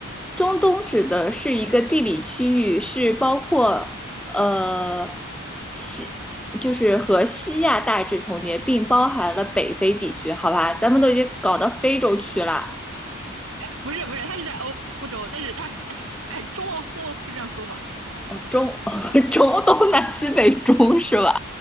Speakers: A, in the centre; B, on the right (about 75°).
A: 中东指的是一个地理区域，是包括呃西，就是和西亚大致重叠，并包含了北非地区，好吧？咱们都已经搞到非洲去了。
B: 不是不是，它是在欧欧洲，但是哎哎 <laughs> 哎中欧中欧是这样说吧？
A: 哦，中哦，<laughs> 中东南西北中是吧？